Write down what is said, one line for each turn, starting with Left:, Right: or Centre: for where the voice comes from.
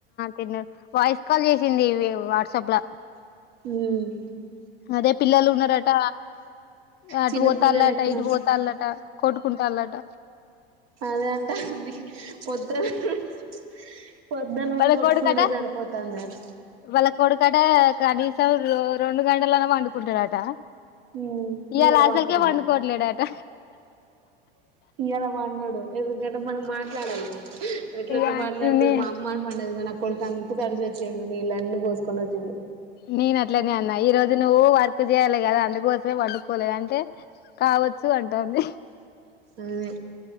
Left: తి వాయిస్ కాల్ చేసింది వాట్సాప్లా
Right: హ
Left: అదే పిల్లలు ఉన్నారట అటు
Right: చిన్న
Left: పోతాట
Right: పిల్లలెక్కన
Left: ఇటు పోతాళ్ట కొట్టుకుంటాళ్ట
Right: అదే అంటాంది పొద్దున పొద్దు నుండి
Left: వాళ్ళ
Right: కొట్టుకునుడే
Left: కోడుకట
Right: సరిపోతాంది అట
Left: వాళ్ళకుడుకట గనీ స రో గంటలనే వండుకుంటాడాట
Right: ఉమ్ ఇయ్యాల
Left: ఇలా అసలకే
Right: వంటలేవు
Left: వండుకోవట్లేడాట
Right: ఇలా మండడు ఎందుకంట మనం మాట్లాడాలిగా ఎట్లాట్
Left: ఇగ
Right: మాట్లాడుతుంది
Left: నే
Right: మా అమ్మ అని పండది కా ఇ అంత తడుచ వచ్చిడి న ఇని పో కోసుకొ వచ్చింది
Left: నేను అట్లనే అన్నా ఈ రోజు నువ్వు వర్క్ చేయాలి కదా అందుకోసమే వండుకోలేదు అంటే కావచ్చు అంటుంది
Right: అదే